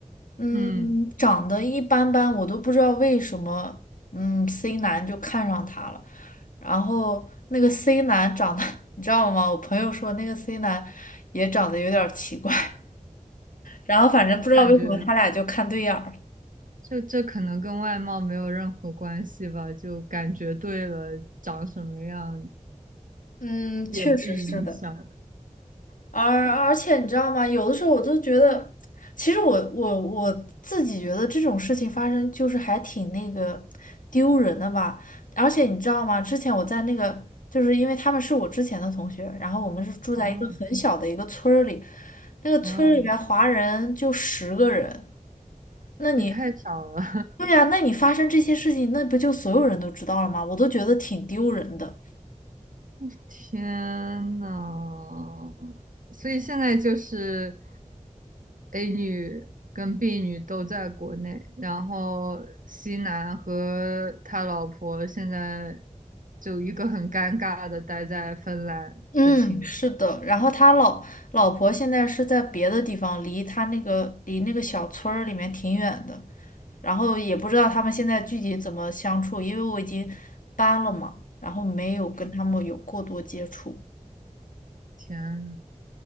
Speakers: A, on the left (about 80°); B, on the right (about 80°).
A: 嗯，
B: 嗯，
A: 长得一般般，我都不知道为什么，嗯，C 男就看上她了。然后那个 C 男长得，<laughs> 你知道吗？我朋友说那个 C 男也长得有点儿奇怪。然后反正不知道为什么他俩就看对眼儿了。
B: 我感觉就这可能跟外貌没有任何关系吧，就感觉对了，长什么样
A: 嗯，
B: 也不影响。
A: 确实是的。而而且你知道吗？有的时候我都觉得，其实我我我自己觉得这种事情发生就是还挺那个丢人的吧。而且你知道吗？之前我在那个，就是因为他们是我之前的同学，然后我们是住在一个很小的一个村儿里，
B: 哦
A: 那个村儿里面华人就十个人。
B: 哦，
A: 那你，
B: 这太少了，
A: 对呀，那你发生这些事情，那不就所有人都知道了吗？我都觉得挺丢人的。
B: <laughs> 天呐！所以现在就是 A 女跟 B 女都在国内，然后 C 男和他老婆现在就一个很尴尬的待在芬兰的情况。
A: 嗯，是的。然后他老老婆现在是在别的地方，离他那个离那个小村儿里面挺远的。然后也不知道他们现在具体怎么相处，因为我已经搬了嘛，然后没有跟他们有过多接触。
B: 天呐，